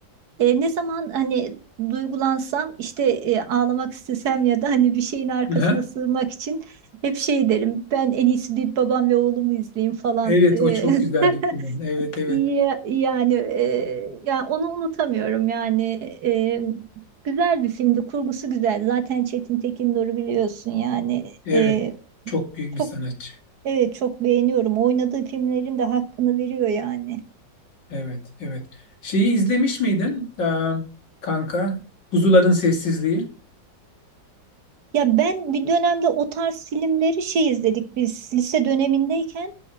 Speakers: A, on the right (about 60°); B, on the left (about 70°).
A: E, ne zaman hani duygulansam işte e, ağlamak istesem ya da hani bir şeyin arkasına
B: Aha.
A: sığmak için hep şey derim ben en iyisi bir babam ve oğlumu izleyeyim falan.
B: Evet
A: E,
B: o çok güzel bir film. Evet
A: <laughs>
B: evet.
A: ya- yani e, yani onu unutamıyorum yani E, güzel bir filmdi kurgusu güzel zaten Çetin Tekindor'u biliyorsun yani
B: Evet.
A: E,
B: Çok büyük bir
A: çok
B: sanatçı.
A: evet çok beğeniyorum oynadığı filmlerin de hakkını veriyor yani.
B: Evet evet. Şeyi izlemiş miydin? Aa, kanka. Kuzuların Sessizliği.
A: Ya ben bir dönemde o tarz filmleri şey izledik biz lise dönemindeyken